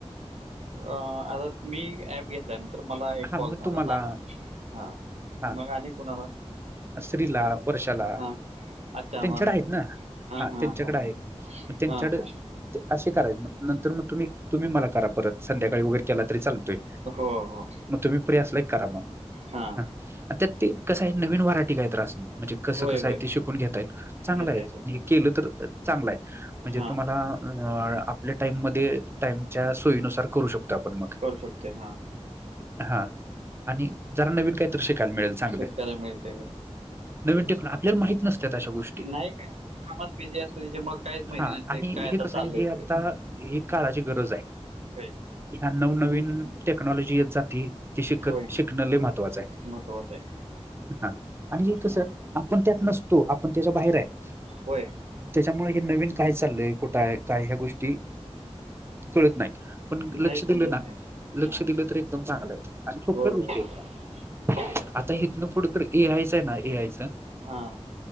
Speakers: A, on the right; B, on the right.
A: आी घेतल्यानंतर मला एक
B: हा
A: कॉल
B: मग
A: झाला
B: तुम्हाला
A: ना, हा
B: हा
A: मग आणि कुणाला
B: स्त्रीला पुरुषाला
A: हां अच्छा
B: त्यांच्याड
A: मामीना
B: आहेत
A: पण
B: ना
A: हां
B: हा
A: हां
B: त्यांच्याकडे
A: हां हां
B: आहेत मग त्यांच्याड
A: हां हां
B: असे करायचे मग नंतर मग तुम्ही तुम्ही मला करा परत संध्याकाळी वगैरे केला तरी चालतोय
A: हो हो
B: मग तुम्ही प्रिस लाईक करा मग
A: हां
B: ह त्यात ते कसं आहे नवीन व्हरायटी काहीत्रास म्हणजे कसं
A: होय
B: कसं
A: होय
B: आहे ते शिकून घेता येईल चांगलं
A: घेता
B: आहे
A: येते
B: केलं तर चांगलं आहे म्हणजे
A: हां
B: तुमला आपल्या टाईम टामच्या सोयीनुसार करू शकतो आपण मग
A: करू शकते हां
B: हा आणि जरा नवीन काहीतरी शिकायला मिळेल चांगलं
A: शिकायला मिळते
B: नवीन टिकून आपल्याला माहित नसत अशा गोष्टी
A: नाही काय आपण कामात बिझी असतो त्याच्यामुळे काहीच माहिती
B: हा
A: नसते
B: आणि
A: काय आता
B: हे कसं
A: चाललंय
B: आहे हे आता
A: पुढे
B: ह काळाची गरज आहे
A: होय
B: ह्या नवनवीन टेक्नॉलॉजी येत जाती ती शिकत
A: होय
B: शिकण महत्वाचं आहे
A: महत्वाचं आहे
B: हा आणि
A: हां
B: कस आपण त्यात नसतो आपण त्याच्या बाहेर आहे
A: होय
B: त्याच्यामुळे हे नवीन काय चाललंय कुठ आहे काय ह्या गोष्टी कळत नाही पण लक्ष
A: नाही समजत
B: दिलं ना
A: नाही
B: लक्ष
A: हां
B: दिलं तर एकदम चांगलं आहे आणि सोप्या
A: हो
B: गोष्टी आहेत
A: हो
B: आता हेतनं फडत ए आयच आहे ना ए आयच
A: हां